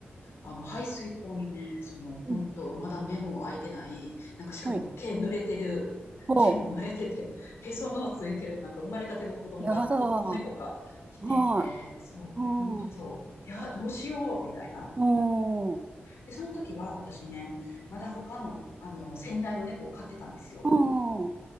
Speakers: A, on the left; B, on the right.
A: あの、排水溝にね、その、
B: うん。
A: 本当まだ目も開いてない、なんかしかも毛濡れてる、
B: はい。おう、
A: 毛も濡れてて、へその緒ついてる、なんか生まれたての子供が、
B: やだ。
A: こ子猫か、
B: は
A: いてて、
B: い。
A: そう、
B: うん。
A: えほんとそう、いや、どうしよう、みたいな。
B: おー。
A: で、その時は私ね、まだ他の、あの、先代の猫を飼ってたんですよ。
B: うん。